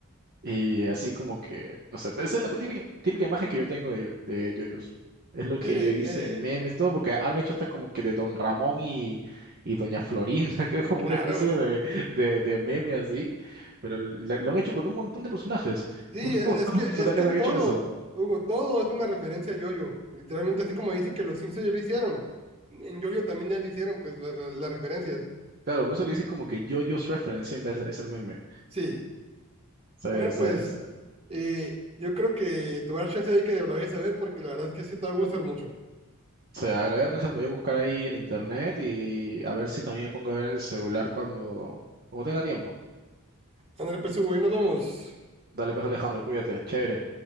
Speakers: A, on the right; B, on the right.
A: y así como que, no sé, pero esa es la típica, típica imagen que yo tengo de, yo- de yoyos. Es lo que
B: Sí, eh,
A: yo he visto
B: eh,
A: en memes, todo, porque han hecho hasta como que de Don Ramón y, y Doña Florinda, <laughs> creo como
B: claro.
A: una especie de, de, de meme así, pero lo, lo han hecho con un montón de personajes,
B: Sí,
A: con un
B: es, es
A: montón
B: que
A: de personajes
B: es que todo,
A: han hecho eso.
B: Hugo, todo es una referencia a Yoyo. Literalmente así como dicen que los Simpsons ya lo hicieron. En Yoyo también ya lo hicieron, pues la- la- las referencias.
A: Claro, por eso le dice como que JoJo's Reference siempre es, es el meme.
B: Sí.
A: Se,
B: Bueno,
A: se,
B: pues
A: se,
B: eh, yo creo que te voy a dar chance ahí que lo vayas a ver porque la verdad es que sí te va a gustar mucho.
A: se agregan esas lo voy a buscar ahí en internet y a ver si también me pongo a ver en el celular cuando, cuando tenga tiempo.
B: André, pues Hugo, ahí nos vemos.
A: Dale pues Alejandro, cuídate, chévere.